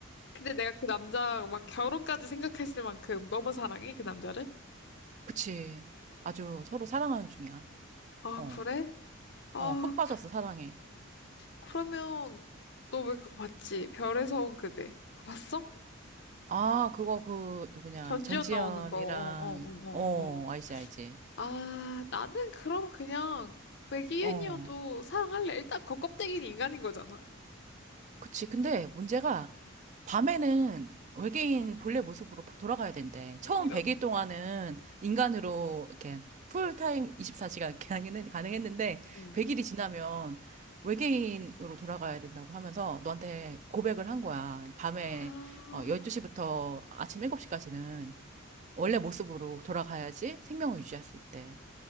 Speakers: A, on the left; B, on the right.
A: 근데 내가 그 남자 막 결혼까지 생각했을 만큼 너무 사랑해, 그 남자를?
B: 그치. 아주 서로 사랑하는 중이야.
A: 아,
B: 어,
A: 그래? 아,
B: 어, 푹 빠졌어,
A: 그,
B: 사랑해.
A: 그러면 너 왜 그거 봤지? 별에서 온 그대. 그거 봤어?
B: 아, 그거 그 누구냐?
A: 전지현
B: 전지현이랑
A: 나오는 거. 어, 어, 어, 어,
B: 어,
A: 어. 어.
B: 알지, 알지.
A: 아, 나는 그럼 그냥 외계인이어도
B: 어.
A: 사랑할래. 일단 그 껍데기는 인간인 거잖아.
B: 그치. 근데 문제가 밤에는 외계인 본래 모습으로 돌아가야 된대. 처음
A: 이런?
B: 100일 동안은 인간으로 이렇게 풀타임 24시간 가능했, 가능했는데
A: 음.
B: 100일이 지나면 외계인으로 돌아가야 된다고 하면서 너한테 고백을 한 거야. 밤에
A: 아,
B: 어, 12시부터 아침 7시까지는 원래 모습으로 돌아가야지 생명을 유지할 수 있대.